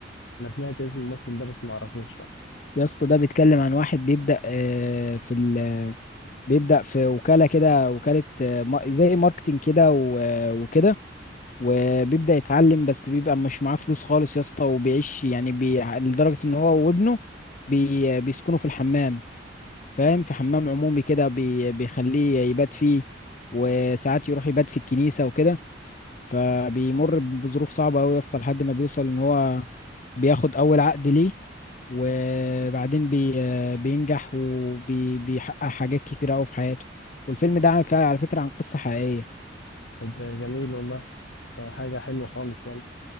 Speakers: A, on the left; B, on the left.
A: أنا سمعت اسم الممثل ده بس معرفوش لا
B: يا اسطى ده بيتكلم عن واحد بيبدأ آه، في ال بيبدأ في وكالة كده وكالة آه، ما- زي ماركتينج كده و- وكده وبيبدأ يتعلم بس بيبقى مش معاه فلوس خالص يا اسطى وبيعيش يعني بي... لدرجة ان هو وابنه بي... بيسكنوا في الحمام فاهم في حمام عمومي كده بي... بيخليه يبات فيه وساعات يروح يبات في الكنيسة وكده فبيمر بظروف صعبة أوي يا اسطى لحد ما بيوصل إن هو بياخد أول عقد ليه وبعدين بي بينجح وبيحقق حاجات كتيرة أوي في حياته والفيلم ده على على فكرة عن قصة حقيقية
A: طب ده جميل والله ده حاجة حلوة خالص يعني